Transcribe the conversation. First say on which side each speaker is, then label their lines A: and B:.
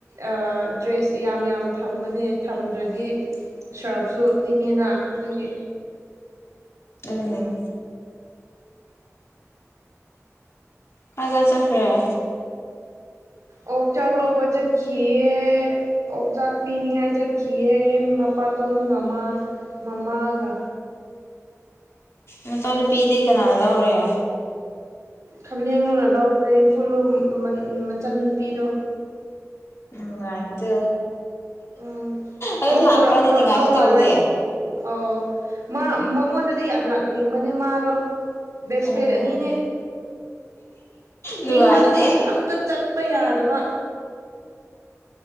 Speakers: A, on the right; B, on the left.
A: ꯑꯥ ꯗ꯭ꯔꯦꯁ ꯌꯥꯝ ꯌꯥꯝ ꯊꯝꯕꯅꯦ ꯊꯝꯗ꯭ꯔꯗꯤ ꯁꯥꯔꯐꯁꯨ ꯇꯤꯡꯉꯦꯅ ꯑꯗꯨꯗꯒꯤ
B: ꯎꯝ ꯀꯥꯏ ꯀꯥꯏ ꯆ ꯈꯔ
A: ꯑꯣꯛ ꯆꯥꯛ ꯂꯧꯕ ꯆꯠꯈꯤꯑ ꯑꯣꯛꯆꯥꯛ ꯄꯤꯅꯤꯡꯉꯥꯏ ꯆꯠꯈꯤꯑ ꯃꯄꯥꯇꯣꯟꯒꯃꯥ ꯃꯃꯥꯒ
B: ꯅꯆꯥꯅꯨꯄꯤꯗꯤ ꯀꯅꯥꯅ ꯂꯧꯔꯦ
A: ꯈꯝꯖꯡꯨꯅ ꯂꯧꯈ꯭ꯔꯦ ꯏꯪꯐꯨꯜꯂꯣ ꯃꯆꯟ ꯅꯨꯨꯄꯤꯗꯣ
B: ꯅꯨꯪꯉꯥꯏꯕꯥꯁꯤ
A: ꯎꯝ
B: ꯑꯗꯨ
A: ꯑꯃꯨꯛ
B: ꯂꯥꯛꯄ꯭ꯔꯥꯅꯦꯗꯤ
A: ꯄꯨꯔꯛ ꯄꯨꯔꯛꯗꯧ
B: ꯉꯥꯏꯁꯨ ꯇꯧꯗꯦ
A: ꯃꯥꯜꯂꯦ ꯑꯣ ꯃꯥ ꯃꯉꯣꯟꯗꯗꯤ ꯌꯥꯝ ꯂꯥꯛꯅꯤꯡꯕꯅꯦ ꯃꯥꯗꯣ ꯕꯦꯁ ꯐ꯭ꯔꯦꯟ
B: ꯎꯝ
A: ꯑꯅꯤꯅꯦ
B: ꯅꯨꯡꯉꯥꯏꯅꯦ
A: ꯃꯤꯉꯣꯟꯗꯗꯤ ꯑꯝꯇ ꯆꯠ ꯆꯞꯄ ꯌꯥꯗꯕ